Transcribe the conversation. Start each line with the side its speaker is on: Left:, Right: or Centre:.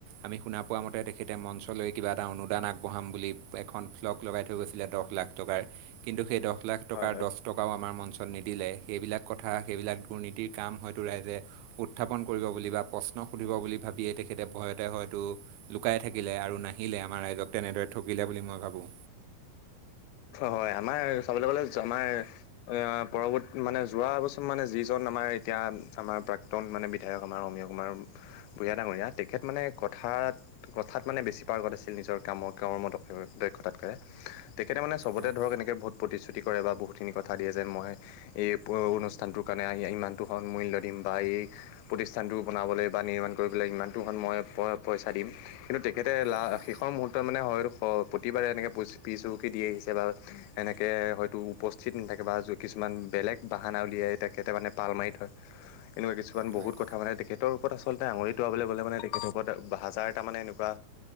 Right: আমি শুনা পোৱা মতে তেখেতে মঞ্চলৈ কিবা এটা অনুদান আগবঢ়াম বুলি এখন ভ্লগ লগাই থৈ গৈছিলে দহ লাখ। টকা কিন্তু দহ লাখ টকা
Left: হয়
Right: দছ। টকাও আমাৰ মঞ্চত নিদিলে সেইবিলাক কথা সেইবিলাক দুৰ্নীতিৰ কাম হয়তো ৰাইজে। উত্থাপন কৰিব বুলি বা প্ৰশ্ন সুধিব বুলি ভাবিয়েই তেখেতে ভয়তে হয়তো। লুকাই থাকিলে আৰু নাহিলে আমাৰ ৰাইজক তেনেদৰে ঠগিলে বুলি মই ভাবোঁ।
Left: হয় আমাৰ চাবলৈ গ'লে জমাৰ। পৰৱৰ্ত মানে যোৱাবছৰ মানে যিজন আমাৰ এতিয়া আমাৰ প্ৰাক ক্তন‌ মানে বিধায়ক আমাৰ অমীয়া কুমাৰ বুঢ়ীয়া ডাঙৰীয়া তেখেত মানে। কথাত কথাত মানে বেছি পাৰ্গত আছিল নিজৰ কামৰ কমৰ দ দক্ষতাতকে। তেখেতে মানে চবতে
Right: হয়
Left: ধৰক এনেকে বহুত প্ৰতিশ্ৰুতি কৰে বা বহুতখিনি কথা দিয়ে যে মই। এই অনুষ্ঠানটোৰ কাৰণে ইমানতো সন মূল্য দিম বা এই। প্ৰতিষ্ঠানটো বনাবলৈ বা নিৰ্মাণ কৰিবলৈ ইমানটো সনময় পইচা দিম কিন্তু তে খেতে লা
Right: হয়
Left: শেষৰ মুহূৰ্ত্ত মানে হয় প্ৰতিবাৰে এনেকে প পিজ হুহুকি দি আহিছে বা। এনেকে হয়তো উপস্থিত নাথাকে বা কিছুমান বেলেগ বাহানা উলিয়াই তাকে তাৰমানে পাল মাৰি থয়। এনেকুৱা কিছুমান
Right: হয়
Left: বহুত কথা মানে তেখেতৰ। আচলতে আঙুলি টুৱাবল গ'লে মানে তেখেতৰ ওপৰত হাজাৰটা মানে এনেকুৱা